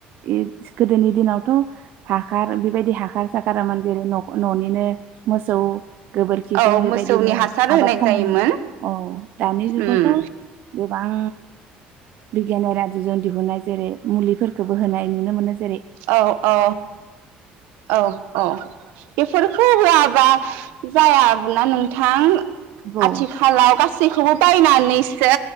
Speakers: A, on the right; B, on the right.
A: इस गोदोनि दिनावथ' हाखार बेबायदि हाखार साखारामोन जेरै न न'निनो मोसौ गोबोरखिजों
B: औ
A: बेबायदिनो
B: मोसौनि हासार होनाय
A: आबाद खालामोमोन
B: जायोमोन
A: औ दानि जुगावथ'
B: उम
A: गोबां बिगियानारि आदबजों दिहुननाय जेरै मुलिफोरखोबो होनाय नुनो मोननाय
B: औ औ औ औ बेफोरखौ होवा बा जायाबोना नोंथां।
A: औ
B: आथिखालाव गास गासैखौबो बायनानैसो